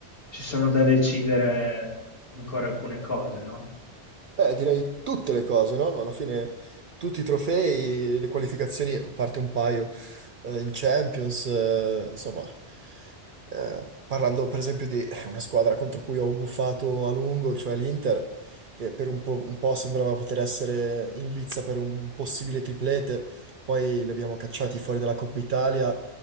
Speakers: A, on the left; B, on the right.
A: ci sono da decidere ancora alcune cose, no?
B: Beh, direi tutte le cose, no? Alla fine tutti i trofei, le qualificazioni, a parte un paio, eh, in Champions, eh, insomma, eh, parlando per esempio di una squadra contro cui ho gufato a lungo, cioè l'Inter, che per un po', un po' sembrava poter essere in lizza per un possibile triplete, poi li abbiamo cacciati fuori dalla Coppa Italia